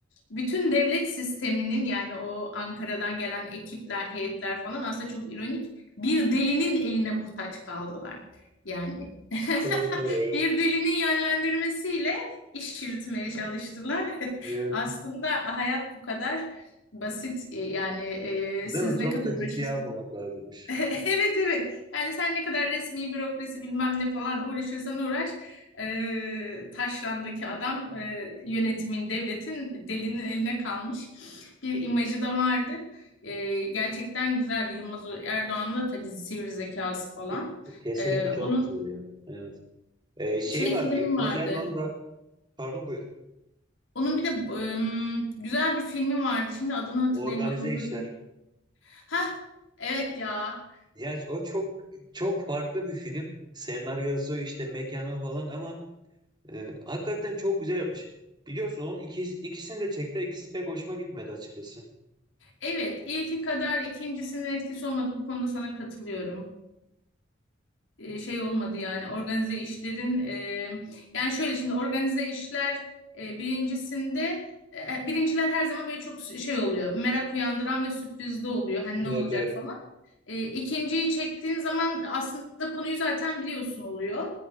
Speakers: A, on the left; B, on the right.
A: bütün devlet sisteminin yani o Ankara'dan gelen ekipler, heyetler falan aslında çok ironik. Bir delinin eline muhtaç kaldılar. Yani <laughs>
B: Doğru doğru evet.
A: bir delinin yönlendirmesiyle iş yürütmeye çalıştılar.
B: Evet.
A: <laughs> Aslında hayat bu kadar basit. E, Yani e,
B: Değil
A: siz
B: mi?
A: ne
B: Çok
A: kadar
B: da ciddiye
A: uğraşırsınız?
B: almamak lazımmış.
A: <laughs> Evet evet. Yani sen ne kadar resmi bürokrasi bilmem ne falan uğraşırsan uğraş. e, taşrandaki adam e, yönetimin, devletin delinin eline kalmış bir imajı da vardı. E, gerçekten güzeldi. Yılmaz Erdoğan'ın da tabii sivri zekası falan.
B: Ke- Kesinlikle
A: E, onun
B: çok güzel ya. Evet. Ee, şey
A: şey
B: vardı
A: filmi
B: Yılmaz
A: vardı.
B: Erdoğan'ı da pardon buyur.
A: Onun bir de ım, güzel bir filmi vardı. Şimdi adını hatırlayamadım.
B: organize işler.
A: Böyle. ha evet ya.
B: Ya o çok çok farklı bir film. Senaryosu işte mekanı falan ama e, hakikaten çok güzel yapmış. Biliyorsun onun ikisi, ikisini de çekti. İkisi pek hoşuma gitmedi açıkçası.
A: Evet, ilki kadar ikincisinin etkisi olmadı. Bu konuda sana katılıyorum. e, şey olmadı yani organize işlerin e, yani şöyle şimdi organize işler e, birincisinde e, birinciler her zaman böyle çok şey oluyor merak uyandıran ve sürprizli oluyor hani
B: Evet
A: ne olacak
B: evet.
A: falan. E, ikinciyi çektiğin zaman aslında konuyu zaten biliyorsun oluyor.